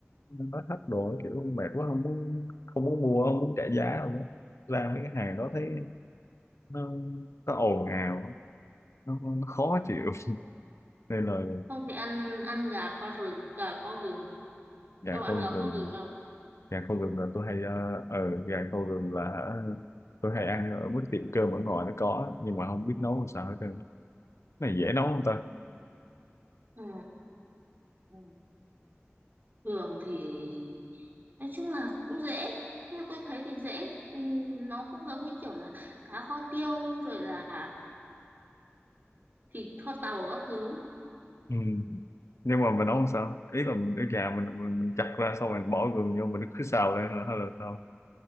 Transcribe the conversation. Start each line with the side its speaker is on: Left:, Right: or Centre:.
Left: nó thách đồ kiểu mệt quá không muốn không muốn mua không muốn trả giá đâu á. Ra mấy cái hàng đó thấy nó có ồn ào nó, nó khó chịu nên là
Right: không thì ăn ăn gà kho rừng gà kho gừng
Left: gà
Right: ông ăn
Left: kho gừng
Right: gà kho gừng không
Left: gà kho gừng là tôi hay ờ ờ, gà kho gừng là hả, tôi hay ăn ở mức tiệm cơm ở ngoài nó có nhưng mà không biết nấu làm sao hết trơn cái này dễ nấu không ta
Right: Ừ. ừ. Ừ. thường thì nói chung là cũng dễ theo tôi thấy thì dễ mình nó cũng giống như kiểu là cá kho tiêu rồi là thịt kho tàu các thứ
Left: ừ. nhưng mà mình nấu làm sao ý là mình cái gà mình, mình mình chặt ra xong rồi mình bỏ gừng vô mình cứ xào lên hả? hay là sao